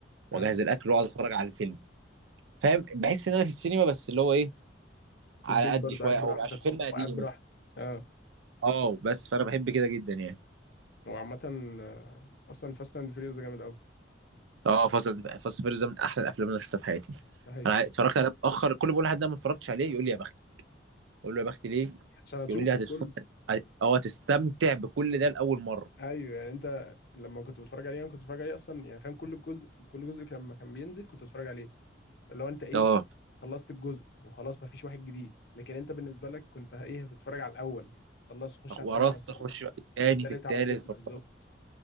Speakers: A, on the right; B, on the left.
A: واجهز
B: اه
A: الاكل واقعد اتفرج على الفيلم فاهم بحس ان انا في السينما بس اللي هو ايه
B: في
A: على
B: البيت
A: قد
B: برضه
A: شويه
B: قاعد براحتك
A: او عشان فيلم قديم
B: وقاعد براحتك اه
A: اه بس فانا بحب كده جدا يعني
B: هو عامة آه، أصلا فاست أند فيريوس ده جامد أوي
A: اه فاصل فاصل فيرز ده من احلى الافلام اللي انا شفتها في حياتي
B: ده حقيقي
A: انا ع- اتفرجت عليه متاخر كل ما بقول لحد ده ما اتفرجتش عليه يقول لي يا بختك اقول له يا بختي ليه
B: عشان هتشوفه
A: يقول لي هتتفرج
B: كله
A: هت- اه هتستمتع بكل ده لاول مره
B: أيوه يعني أنت لما كنت بتتفرج عليه أنا كنت بتفرج عليه أصلا يعني فاهم كل جزء كل جزء كان- لما كان بينزل كنت بتفرج عليه اللي هو أنت إيه
A: اه
B: خلصت الجزء وخلاص مفيش واحد جديد لكن أنت بالنسبة لك كنت إيه هتتفرج على الأول خلص خش على
A: ورثت
B: التاني على طول
A: اخش بقى في التاني
B: والتالت
A: في التالت
B: على طول
A: في
B: بالظبط
A: الرابع.